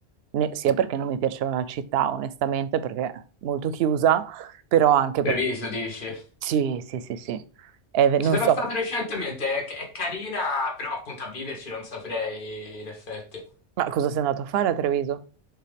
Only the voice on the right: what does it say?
ne- sia perché non mi piaceva la città, onestamente, perché è molto chiusa, però anche per...
Sì, sì, sì, sì. Eh,
non
so.
Ma cosa sei andato a fare a Treviso?